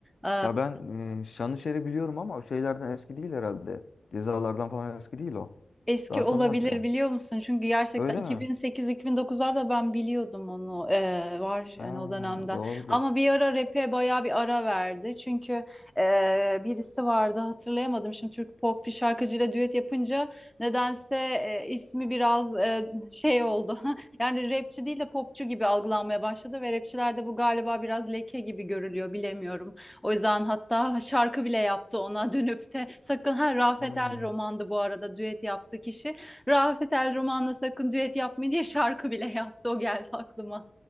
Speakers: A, in the centre; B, on the left (about 70°).
A: e,
B: Ya ben e, Şanlışer'i biliyorum ama o şeylerden eski değil herhalde. Cezalardan falan eski değil o.
A: Eski
B: Daha
A: olabilir
B: sonradan çıkan.
A: biliyor musun? Çünkü gerçekten
B: Öyle
A: 2008-2009'larda
B: mi?
A: ben biliyordum onu eee, var
B: Ha,
A: yani o dönemden.
B: doğrudur.
A: Ama bir ara rap'e bayağı bir ara verdi. Çünkü eee, birisi vardı hatırlayamadım. Şimdi Türk pop bir şarkıcıyla düet yapınca nedense eee, ismi biraz eee, şey oldu. <laughs> Yani rapçi değil de popçu gibi algılanmaya başladı ve rapçilerde bu galiba biraz leke gibi görülüyor bilemiyorum. O yüzden hatta şarkı bile yaptı ona <laughs> dönüp de sakın ha Rafet
B: Hmm.
A: El Roman'dı bu arada düet yaptı kişi. Rafet El Roman'la sakın düet yapmayın diye şarkı bile <laughs> yaptı o geldi aklıma.